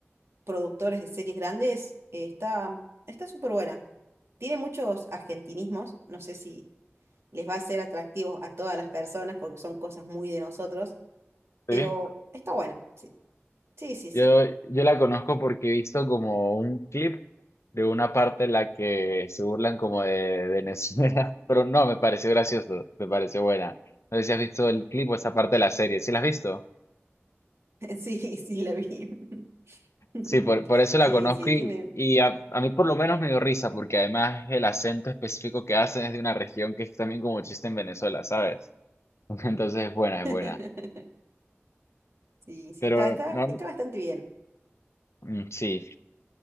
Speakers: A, on the right; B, on the left.
A: productores de series grandes, eh, está, está súper buena. Tiene muchos argentinismos, no sé si les va a ser atractivo a todas las personas porque son cosas muy de nosotros,
B: Sí.
A: pero está buena. Sí, sí, sí.
B: Yo,
A: Sí,
B: yo la conozco porque he visto como un clip de una parte en la que se burlan como de Venezuela, <laughs> pero no, me pareció gracioso, me pareció buena. No sé si has visto el clip o esa parte de la serie, ¿sí la has visto?
A: <laughs> sí, sí la vi. <laughs>
B: Sí, por, por eso la
A: Sí,
B: conozco
A: sí,
B: y,
A: tiene.
B: y a, a mí por lo menos me dio risa, porque además el acento específico que hacen es de una región que es también como chiste en Venezuela, ¿sabes? <laughs> Entonces es buena,
A: <laughs>
B: es buena.
A: Sí, sí,
B: Pero
A: está, está,
B: no,
A: está bastante bien.
B: mm, sí,